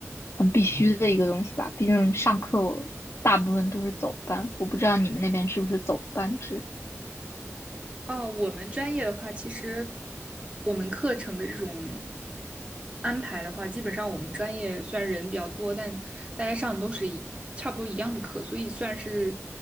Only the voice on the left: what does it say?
很必须的一个东西吧。毕竟上课大部分都是走班，我不知道你们那边是不是走班制。